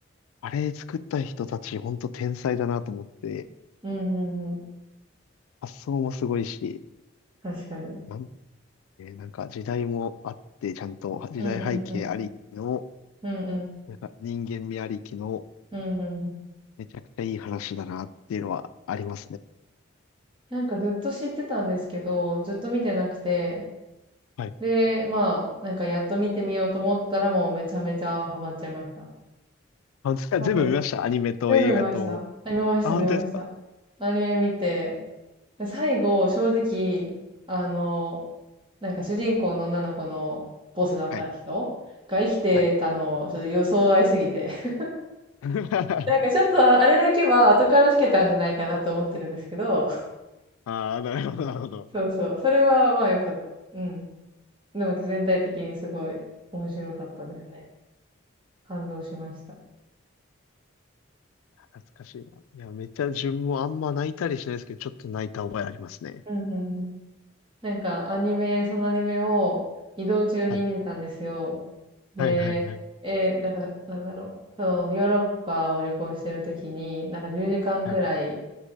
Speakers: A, on the left; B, on the right.
A: あれ作った人たち、ほんと天才だなと思って、
B: うんうんうん。
A: 発想もすごいし、
B: 確かに。
A: なんて、なんか時代もあって、ちゃんと時代背景ありきの、
B: うんうんうん。うんうん。
A: なんか人間味ありきの、
B: うんうんうん。
A: めちゃくちゃいい話だなっていうのはありますね。
B: なんかずっと知ってたんですけど、ずっと見てなくて、
A: はい。
B: で、まあ、なんかやっと見てみようと思ったらもうめちゃめちゃハマっちゃいました。
A: あ、全部見ました。
B: 多分
A: アニメと映画と。
B: 全部見ました。あ見ました、
A: あ、本当ですか
B: 見ました。アニメ見て、最後、正直、あの、なんか主人公の女の子のボスだった人が生きてたの、
A: はい。はい。
B: ちょっと予想外すぎて。<laughs>
A: <laughs>
B: なんかちょっとあれだけは後からつけたんじゃないかなと思ってるんですけど、
A: ああ、なるほど、なるほど。
B: そうそう。それはまあよかった。うん。でも全体的にすごい面白かったですね。感動しました。
A: 懐かしいな。いや、めっちゃ自分もあんま泣いたりしないですけど、ちょっと泣いた覚えありますね。
B: うん、うん、うん。なんかアニメ、そのアニメを移動中に見てたんですよ。
A: はい。
B: で、
A: はいはいはい。
B: えー、なんか、なんだろう。そのヨーロッパを旅行してる時に、なんか10時間くらい
A: はい。